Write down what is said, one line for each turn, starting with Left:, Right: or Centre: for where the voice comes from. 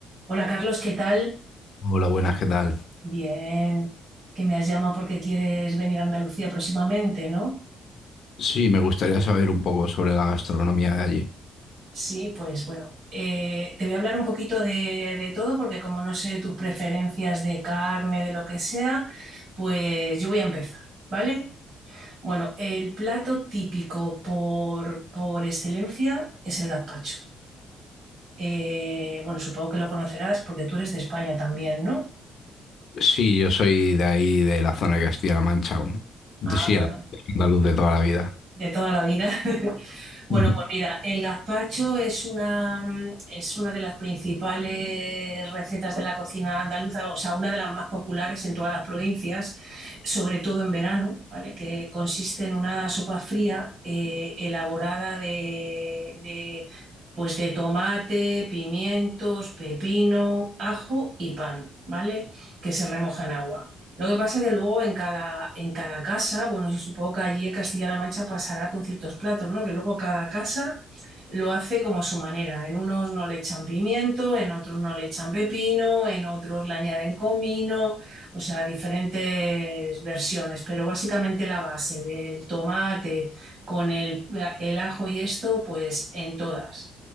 Right: Hola Carlos, ¿qué tal?
Left: Hola, buenas, ¿qué tal?
Right: Bien, que me has llamado porque quieres venir a Andalucía próximamente, ¿no?
Left: Sí, me gustaría saber un poco sobre la gastronomía de allí.
Right: Sí, pues bueno, eh, te voy a hablar un poquito de, de todo porque como no sé tus preferencias de carne, de lo que sea, pues yo voy a empezar, ¿vale? Bueno, el plato típico por, por excelencia es el gazpacho. Eh, bueno, supongo que lo conocerás porque tú eres de España también, ¿no?
Left: Sí, yo soy de ahí, de la zona de Castilla-La Mancha, un- de
Right: Ah,
Left: Sierra,
Right: bueno,
Left: andaluz de toda la vida.
Right: de toda la vida. <laughs> Bueno,
Left: Ujú.
Right: pues
Left: He
Right: mira, el gazpacho es una, es una de las principales recetas de la cocina andaluza, o sea, una de las más populares en todas las provincias, sobre todo en verano, ¿vale? Que consiste en una sopa fría eh, elaborada de, de, pues de tomate, pimientos, pepino, ajo y pan, ¿vale? Que se remoja en agua. Lo que pasa que luego en cada, en cada casa, bueno, yo supongo que allí en Castilla-La Mancha pasará con ciertos platos, ¿no? Que luego cada casa lo hace como a su manera. En unos no le echan pimiento, en otros no le echan pepino, en otros le añaden comino, o sea, diferentes versiones. Pero básicamente la base del tomate con el, el ajo y esto, pues en todas.